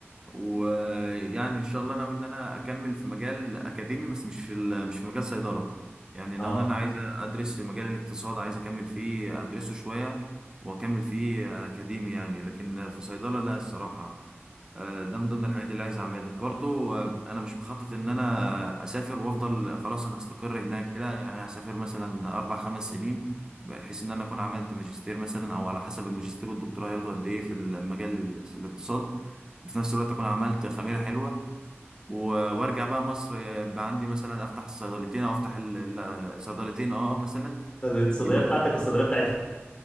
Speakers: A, on the right; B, on the left.
A: ويعني ان شاء الله ناوي ان انا اكمل في مجال اكاديمي بس مش في ال- مش في مجال صيدله يعني ناوي
B: اه
A: ان انا عايز ادرس مجال الاقتصاد عايز اكمل فيه ادرسه شويه واكمل فيه اكاديمي يعني لكن في صيدله لا الصراحه آه، ده من ضمن الحاجات اللي عايز اعملها برضو آه، انا مش مخطط ان انا اسافر وافضل خلاص انا هستقر هناك كده يعني هسافر مثلا اربع خمس سنين بحيث ان انا اكون عملت ماجستير مثلا او على حسب الماجستير والدكتوراه هياخدوا قد ايه في المجال ال- الاقتصاد وفي نفس الوقت اكون عملت خميره حلوه و- وارجع بقى مصر آه، بقى عندي مثلا افتح الصيدلتين او افتح ال- ال- صيدلتين اه مثلا
B: الصيدلية
A: يبقى
B: بتاعتك والصيدلية بتاعتها